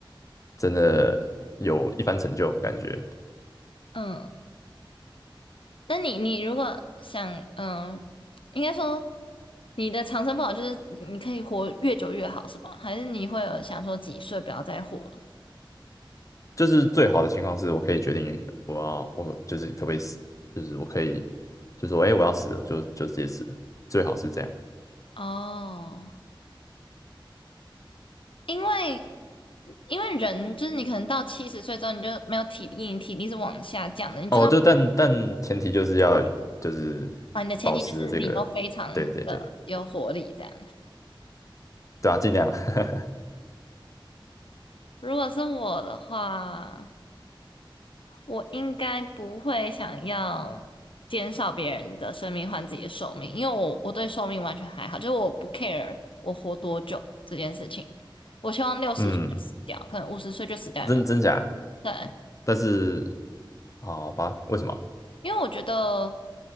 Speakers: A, on the left; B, on the left.
A: 真的有一番成就，感觉
B: 嗯，那你你如果想，嗯，应该说你的长生不老就是你你可以活越久越好，是吗？还是你会有想说几岁不要再活了？
A: 就是最好的情况是我可以决定我要我就是可不可以死，就是我可以就说哎、诶我要死了，就就直接死了，最好是这样。
B: 哦，因为因为人就是你可能到七十岁之后你就没有体力，你体力是往下降的，你就是要
A: 哦，就但但前提就是要就是
B: 啊，你的前提就是你都非常的有活力这样。
A: 保持这个，对对对，对啊，尽量，<laughs>
B: 如果是我的话。我应该不会想要减少别人的生命换自己的寿命，因为我我对寿命完全还好，就是我不 care 我活多久这件事情。我希望六十岁就死掉，
A: 嗯，
B: 可能五十岁就死掉也没
A: 真真假，
B: 对，
A: 但是好吧，为什么？
B: 因为我觉得